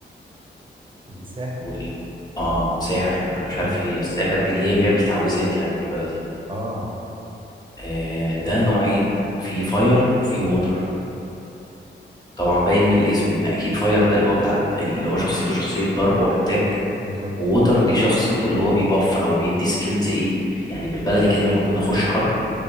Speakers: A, on the right (about 25°); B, on the left (about 20°).
A: الساحر
B: وال اه ساحر انا مش
A: اه
B: عارف هي الساحر دي اللي هي بيعمل تعويذات يعني بالبلدي
A: اه
B: آه ده نوعين في فاير وفي ووتر طبعا باين من الاسم ان اكيد فاير ده اللي هو بتاع ال- اللي
A: مم.
B: هو شخصيته شخصيه ضرب واتاك
A: بالظبط
B: ووتر دي شخصيته اللي هو بيباف او بيدي سكيلز ايه يعني بالبلدي كده لما كنا نخش حرب